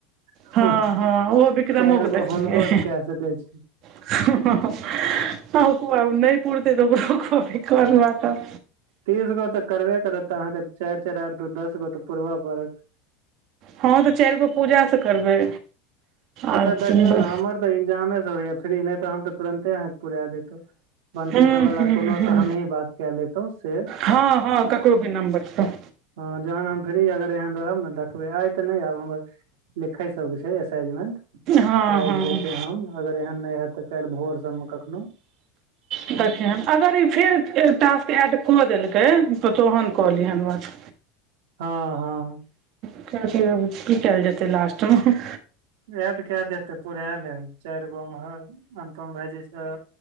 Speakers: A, on the right; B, on the right.
A: छथि
B: हँ हँ ओह बिकरम
A: चारि
B: के
A: गो
B: देखलिय
A: हुनको से कए सकै छी
B: <unintelligible> नहि पुरते तऽ ओकरो कहबे कर बात आब
A: तीस गो तऽ करबे करतऽ अहाँके चारि चारि आठ दू दस गो तऽ पुरबऽ पड़त
B: हँ तऽ चारि गो पूजासँ करबै
A: अच्छा
B: आर
A: देखियौ
B: सुनबै
A: नऽ हमर तऽ एग्जामे सब रहैया फ्री नहि तऽ हम तऽ तुरन्ते अहाँके पुरा देतहु बंटी
B: हूँ
A: सब बाला
B: हूँ
A: कोनो
B: हूँ
A: सऽ हमही बात कऽ लेतहुं से
B: हँ हँ ककरो भी नम्बरसँ
A: हँ जहन हम फ्री अगर एहन रहब ने देखबै आइ तऽ नहि आब हमर लिखै सबके छै ऐसाइमेंट
B: हँ
A: काल
B: हँ
A: जे छै हम अगर एहन नहि हत तऽ काल्हि भोर सबमे कखनो
B: देखिहन
A: हूँ
B: अगर ई फेर टास्क एड कऽ देलकै तऽ तोहन कऽ लिहन बात
A: हँ हँ
B: <unintelligible> की कायल जेतै लास्टमे
A: एड कऽ देते पूरा लेब चारि गो उम्हर अनुपम भायजी छ